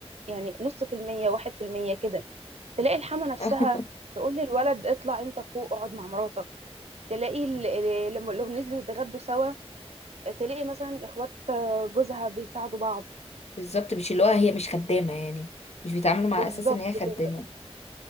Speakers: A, on the right; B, on the left.
A: يعني نص في المية واحد في المية كده تلاقي الحما نفسها
B: <laughs>
A: تقول للولد اطلع انت فوق اقعد مع مراتك تلاقي ال- ال- لما لو نزلوا يتغدوا سوا تلاقي مثلا اخوات آه، جوزها بيساعدوا بعض
B: بالظبط مش اللي هو هي مش خدامة يعني مش بيتعاملوا مع
A: بالظبط
B: أساس ان هي خدامة
A: كده